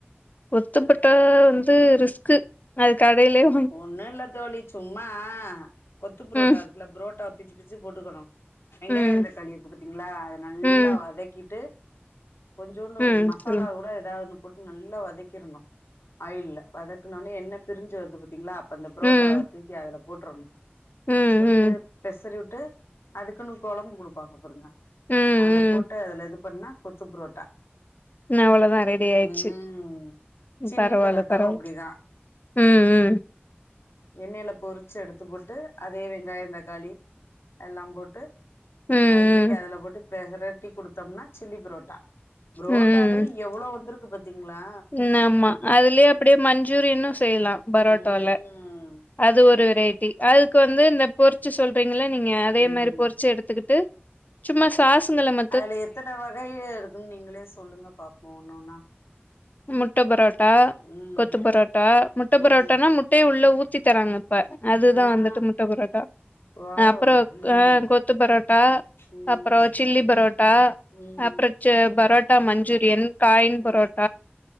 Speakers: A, on the left; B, on the left.
A: கொத்துப்பொரட்டா வந்து ரிஸ்கு அது கடையிலயே
B: ஒண்ணுல்ல தோழி சும்மா கொத்துப்ரோட்டா
A: ம்
B: இருக்குல்ல புரோட்டா பிச்சு பிச்சு போட்டுக்கணு வெங்காயந்தக்காளி
A: ம்
B: இக்கு பத்தீங்களா அதை நல்லா
A: ம்
B: வதக்கிட்டு கொஞ்சோண்டு
A: ம்
B: மசாலா
A: சொல்லுங்க
B: கூட ஏதாவது போட்டு நல்லா வதக்கிடணு ஆயில்ல வதக்கனோனே என்ன பிரிஞ்சு வருது பாத்தீங்களா அந்த புரோட்டா
A: ம்
B: தூக்கி அதுல போட்டறனு
A: ம்
B: போட்டு
A: ம்
B: பெசறி விட்டு அதுக்குன்னு கொழம்பு குடுப்பாங்க பருங்க
A: ம் ம்
B: அத போட்டு அதுல இது பண்ணா கொத்துப்ரோட்டா
A: ம் அவ்ளோதா ரெடி ஆயிடுச்சு
B: ம் சில்லி
A: பரவால்ல
B: ப்ரோட்டாவு
A: பரவால்ல
B: அப்படிதா
A: ம் ம்
B: எண்ணெயில பொறிச்சு எடுத்து போட்டு அதே வெங்காயந்தக்காளி எல்லா போட்டு
A: ம்
B: அதை தூக்கி அதுல போட்டு பெசரட்டி குடுத்தோம்னா சில்லி புரோட்டா ப்ரோட்டாலே
A: ம் ம்
B: எவ்ளோ வந்திருக்கு பாாரத்தீங்களா
A: ம் ஆமா அதுலயே அப்படியே மஞ்சூரியனு செய்யலா ப்ரோட்டால்ல
B: ம்
A: அது ஒரு ஒரு வெரைட்டி அதுக்கு வந்து இந்த பொருச்சு சொல்றீங்கல்ல நீங்க அதே
B: ம்
A: மாதிரி பொருச்சு எடுத்துக்கிட்டு சும்மஸ் காசு நிலம
B: அதுல எத்தனை வகை இருக்குன்னு நீங்களே சொல்லுங்க பாப்போ ஒன்னொன்னா
A: முட்டை பரோட்டா
B: ம்
A: கொத்து பரோட்டா முட்டை
B: ம்
A: பரோட்டானா முட்டைய உள்ள ஊத்தி தராங்க ப்ப அதுதா வந்துட்டு
B: ஆ
A: முட்டை பரோட்டா
B: வாவ்
A: அப்புற
B: ம்
A: அ கொத்து பரோட்டா
B: ம்
A: அப்புற சில்லி பரோட்டா
B: ம்
A: அப்புற பரோட்டா மஞ்சூரியன் காயின்
B: ம்
A: பரோட்டா